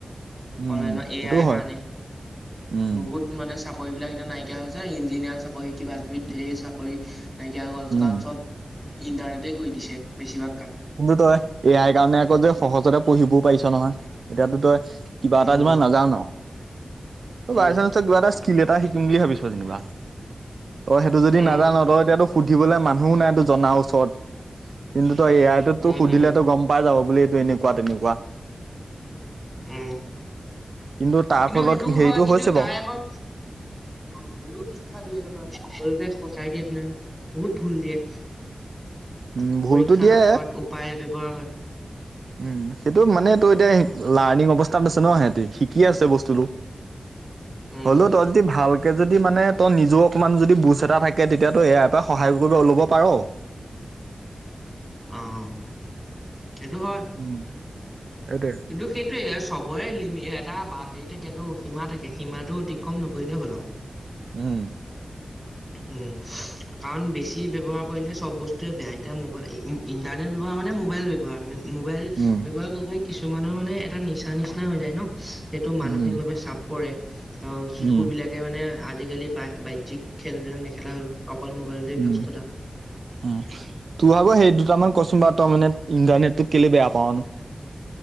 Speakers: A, on the right; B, in the centre.
A: উম
B: অনলাইনত এ
A: সেইটো
B: আই
A: হয়
B: কাৰণে
A: উম
B: বহুত মানে চাকৰি চাকৰি বিলাক এতিয়া নাইকিয়া হৈছে ইঞ্জিনিয়াৰ চাকৰি কিবা কিবি ঢেই চাকৰি নাইকিয়া হৈ গ'ল
A: উম
B: কাৰণ চব ইণ্টাৰনেটে কৰি দিছে বেছিভাগ ক
A: কিন্তু তই এয়াই কাৰণে আকৌ যে সহজতে পঢ়িবও পাৰিছ নহয় এতিয়াতো তই কিবা এটা
B: উম,
A: যমান নাযাও ন ত
B: উম,
A: বাইচানঞ্চত কিবা এটা শিল এতটা শিকিম বুলি ভাবিছ যেনিবা তই সেইটো যদি
B: উম,
A: নাজান তই এতিয়াতটো সুধিবলে মান শু নাই তো জনাৰ ওচৰত কিন্তু তই এয়াৰটোত তো
B: উম,
A: সুধিলেতো
B: উম
A: গম পাই যাব বুলি এইটো এনো কোৱা তেনেকুৱা <inaudible>
B: উম
A: কিন্তু তাৰ ফলত
B: সেইটোও
A: হেৰিতটো
B: হয় কিন্তু
A: হৈছে
B: তাই
A: বাৰু <inaudible>
B: আকৌ অ ভুলো শিক্ষা দিয়ে নহয় সকল সজাই দিয়ে তেনেহ বহুত ভুল দিয়ে <inaudible>
A: উম ভুলতো
B: পৰীক্ষাৰ
A: দিয়ে
B: সত উপায়ে ব্যৱহাৰ হয়
A: উম সেইটো মানে তটো এতিয়া লাৰ্ণিং অৱস্থাত ন সিহতি শিকি আছে বস্তুটো
B: উম,
A: হলেও তই যদি ভালকে যদি মানে ত নিজে অকমান যদি বুজ এটা থাকে তেতিয়া তো ইয়াৰ পৰা সহায় কৰিব ওলব পাৰো <unintelligible>
B: অহ সেইটো হয় <inaudible>
A: উম, সেইটোৱে।
B: কিন্তু সেইটোয়ে চব হ'ব লিমি এটা হেৰি থাকেতটো সীমা থাকে সীমাটো অতিক্ৰম নকৰিলেই হ'ল
A: উম
B: উম কাৰণ বেছি ব্যৱহাৰ কৰিলে চব বস্তুৱে বেয়া এতিয়াোবাই ইণ্টাৰনেট ব্যৱহাৰ মানে মোবাইল ব্যৱহাৰ মোবাইল
A: উম,
B: ব্যৱহাৰ কৰিবৈ কিছুমানৰ মানে এটা নিচা নিচিনা হৈ যায় ন সেইটো মানসিকভাৱে
A: উম,
B: চাপ পৰে অ শিশু
A: উম,
B: বিলাকে মানে আজিকালি বা বাহক খেল বিলাক নেখেলা হ'ল অকল মোবাইলতে ব্যস্ততা
A: উম উ তোৰ আগৌ সেই দুটামান কচোন বা তই মানে ইণ্টাৰনেট টো কেলে বেয়া পাৱানো <inaudible>